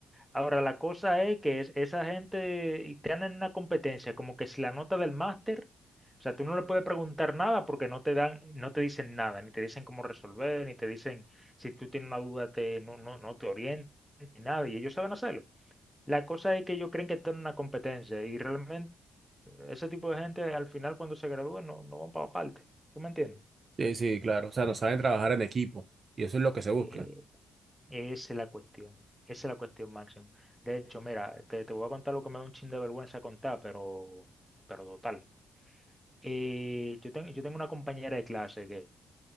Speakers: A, in the centre; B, on the right.
A: Ahora, la cosa es que es, esa gente y te una competencia, como que si la nota del máster, o sea, tú no le puedes preguntar nada porque no te dan, no te dicen nada, ni te dicen cómo resolver, ni te dicen si tú tienes una duda, te, no, no, no te orientan, ni nada, y ellos saben hacerlo. La cosa es que ellos creen que tienen una competencia y realmente ese tipo de gente al final cuando se gradúan no, no van para parte, ¿tú me entiendes?
B: Sí, sí, claro, o sea, nos saben trabajar en equipo y eso es lo que se busca.
A: Eh, Esa es la cuestión, esa es la cuestión, Máximo. De hecho, mira, te, te voy a contar lo que me da un chin de vergüenza contar, pero, pero total. Eh, yo, tengo yo tengo una compañera de clase que,